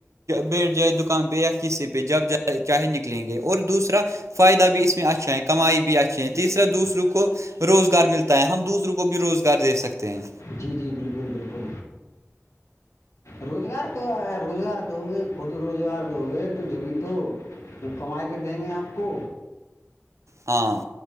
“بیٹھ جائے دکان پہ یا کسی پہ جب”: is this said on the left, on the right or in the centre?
Right